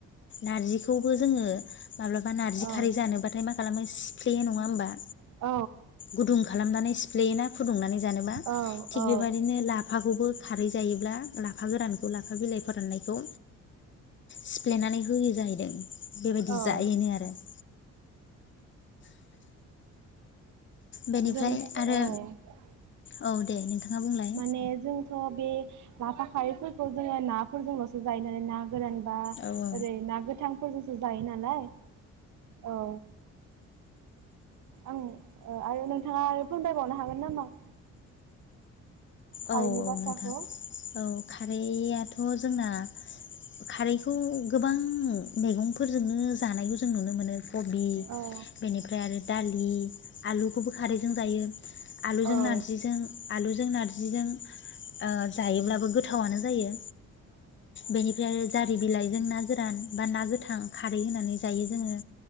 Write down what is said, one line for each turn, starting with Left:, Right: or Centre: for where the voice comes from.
Left: नारजिखौबो जोङो माब्लाबा नारजि
Right: औ
Left: खारै जानोबाथाय मा खालामो फ्लेयो नङा होमबा
Right: औ
Left: गुदुं खालामनानै सिफ्लेयोना फुदुंनानै जानोबा
Right: औ औ
Left: थिग बेबायदिनो लाफाखौबो खारै जायोब्ला लाफा गोरानखौ लाफा बिलाइ फोराननायखौ सिफ्लेनानै होयो जाहैदों बेबायदि
Right: औ
Left: जायोनो आरो। <inaudible> बेनिफ्राय
Right: जों
Left: आरो
Right: औ
Left: औ दे नोंथाङा बुंलाय
Right: माने जोंथ बे लाफा खारैफोरखौ जोङो नाफोरजोंलसो जायो नालाय ना गोरानबा
Left: औ औ
Right: ओरै ना गोथांफोरजोंसो जायो नालाय औ। आं ओ आरो नोंथाङा आरो फोरमायबावनो हागोन नामा? खारैनि
Left: औ औ
Right: बाथ्राखौ
Left: नोंथां औ खारैआथ जोंना खारैखौ गोबां मेगंफोरजोंनो जानायखौ जों नुनो मोनो कबि
Right: औ
Left: बेनिफ्राय आरो दालि आलुखौबो खारैजों जायो आलुजों
Right: औ
Left: नारजिजों आलुजों नारजि जिजों ओ जायोब्लाबो गोथावानो जायो बेनिफ्राय आरो जारि बिलाइजों ना गोरान बा ना गोथां खारै होनानै जायो जोङो